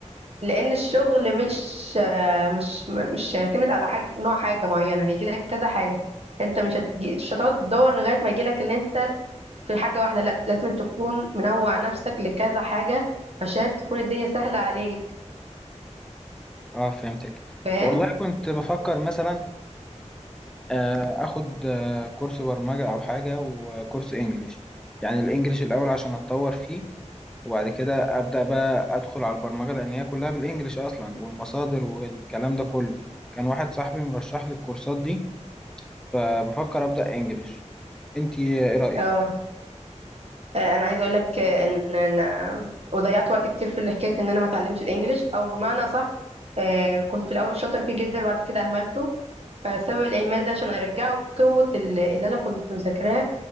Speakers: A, on the right; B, in the centre.
A: لان الشغل مش آه، مش م- مش هيعتمد على حاجه نوع حاجه معينه هيجي لك كذا حاجه انت مش هتجي مش هتقعد تدور لغايه ما يجي لك اللي انت في حاجه واحده لا لازم تكون منوع نفسك لكذا حاجه عشان تكون الدنيا سهله عليك
B: <laughs> اه فهمتك
A: فاهم
B: والله كنت بفكر مثلا آه، اخد آه، كورس برمجه او حاجه وكورس انجليش يعني الانجليش الاول عشان اتطور فيه وبعد كده أبدأ بقى أدخل على البرمجة لأن هي كلها بالإنجليش أصلا والمصادر والكلام ده كله كان واحد صاحبي مرشح لي الكورسات دي فبفكر أبدأ إنجليش أنتي إيه رأيك؟
A: اه آه، انا عايزه اقول لك آه، ان انا وضيعت وقت كتير في حكايه ان انا ما اتعلمش الانجليش او بمعنى صح كنت في الاول شاطره فيه جدا وبعد كده اهملته فسبب الاهمال ده عشان ارجعه قوه ال- اللي انا كنت مذاكراه